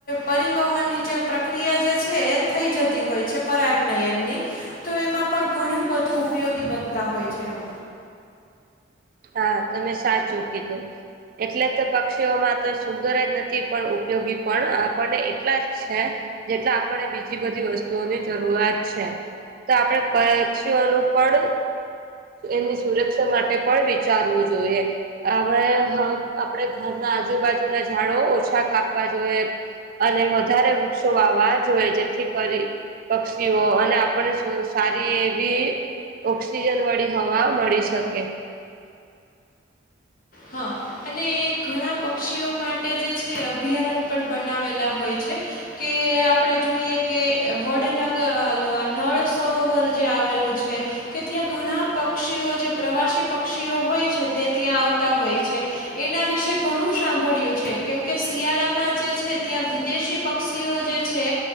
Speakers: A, on the left; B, on the right.
A: પરિવહનની જે પ્રક્રિયા જે છે થઈ જતી હોય છે પરાજનયનની તો એમાં પણ ઘણું બધું ઉપયોગી બનતા હોય છે એમ
B: હા તમે સાચું કીધું એટલે તો પક્ષીઓમાં તો સુંદર જ નથી પણ ઉપયોગી પણ આપણને એટલા જ છે જેટલે આપણે બીજી બધી વસ્તુઓની જરૂરિયાત છે તો આપણે પક્ષીઓનું પણ એની સુરક્ષા માટે પણ વિચારવું જોઈએ આપણેવે આપણે ઘરના આજુબાજુને ઝાડો ઓછા કાપવા જોઈએ અને વધારે વૃક્ષો વા વા જોઈએ જેથી કરી પક્ષીઓ અને આપને સારી એવી ઓક્સિજન વાળી હવા મળી શકે
A: હા અને એ ઘણા પક્ષીઓ માટે જે છે અભયારણ્ય પણ બનાવેલા હોય છે કે આપણે જોઈએ કે વડનગર નળ સરોવર જે આવેલું છે કે ત્યાં ઘણા પક્ષીઓ જે પ્રવાસી પક્ષીઓ હોય છે તે ત્યાં આવતા હોય છે એના વિશે ઘણું સાંભળ્યું છે કેમકે શિયાળામાં જે છે ત્યાં વિદેશી પક્ષીઓ જે છે